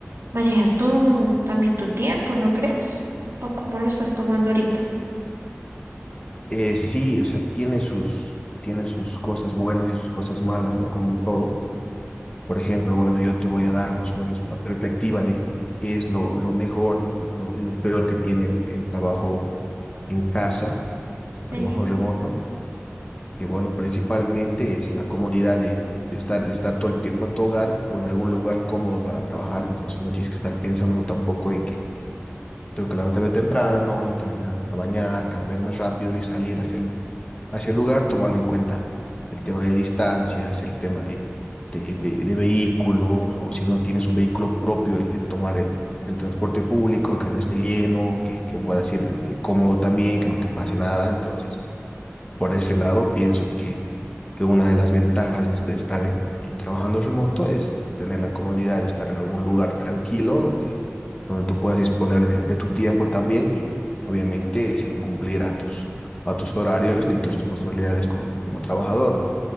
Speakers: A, on the right; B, on the left.
A: manejas tú también tu tiempo, ¿no crees? ¿O cómo lo estás tomando ahorita?
B: Eh, sí, o sea, tiene sus, tiene sus cosas buenas y sus cosas malas, ¿no? Como en todo Por ejemplo, bueno, yo te voy a dar más o menos una perspectiva de, de qué es lo, lo mejor y lo, y lo peor que tiene el, el trabajo en casa, el
A: Sí.
B: trabajo remoto, que bueno, principalmente es la comodidad de, de estar, de estar todo el tiempo en tu hogar o en algún lugar cómodo para trabajar, entonces no tienes que estar pensando tampoco en que tengo que levantarme temprano, entrarme a a bañar, cambiarme rápido y salir hacia el, hacia el lugar, tomando en cuenta el tema de distancias, el tema de, de, de- de vehículos, o si no tienes un vehículo propio, el, el tomar el, el transporte público, que no esté lleno, que, que puedas ir eh, cómodo también, que no te pase nada. Entonces, por ese lado, pienso que que una de las ventajas de, este- estar en- eh, trabajando remoto es tener la comodidad de estar en algún lugar tranquilo, donde, donde tú puedas disponer de, de tu tiempo también y obviamente sin cumplir a tus, a tus horarios ni tus responsabilidades como, como trabajador, ¿no?